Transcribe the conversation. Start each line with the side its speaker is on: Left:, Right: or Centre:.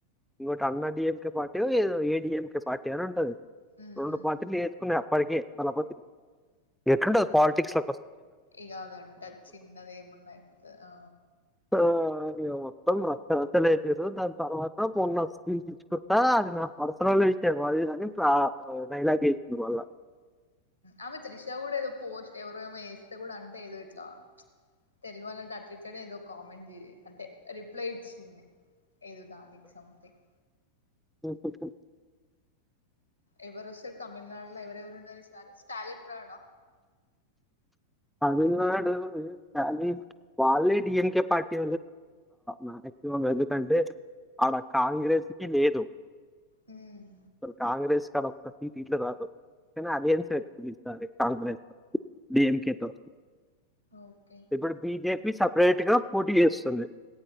Centre: ఇంకోటి అన్న డడిఎంకే పార్టీ ఏదో ఏ డిఎంకే పార్టీ అని ఉంటది
Left: హ్మ్
Centre: రెండు
Left: హ్మ్
Centre: మంతలు వేసుకునే అప్పటికే తపో ఎట్లుంట పాలిటిక్స్ లో
Left: ఇక అద ఉంటది చిన్నది ఏమున్నా అయిపోతుంది ఆ
Centre: ఆ, మొత్తం రసరచ్చలుజారు దాని తర్వాత పోొన్న ల్చ్చుకుంటా అది నా పరిసరంలో విషయము అది కాని నైలాగసంది వల్ల
Left: అ మ తిష కూడా ఏదో పోస్ట్ ఎవర ఏేస్త కూడా అంట ఏదో ఇట్లా తెలుగు అన్నట్ అటుట్నే ఏదో కామెంట్ అంటే రిప్లై ఇచ్చింది ఏద దానికినికి సంథంగ్
Centre: బల్ల్
Left: ఎవరుొస తమిళనాడులో ఎవరెవరుండ సారి స్టాలిన్ రాడా
Centre: తమిళనాడు కానీ వాళ్ళే డిఎన్కే పార్టీ మక్సిమం ఎందుకంటే అడ కాంగ్రెస్ కి లేదు
Left: హ్మ్
Centre: స కాంగ్రెస్ ఇక్కడ ఒక్క సీట్ ఇట్లు కాదు కానీ అలియన్స్ పెట్టుకునిస్తారు కాంగ్రెస్ డిఎంకే స
Left: ఓకే
Centre: ఇప్పు బిజే సపరేట్ గా పోటీ చేస్తుంది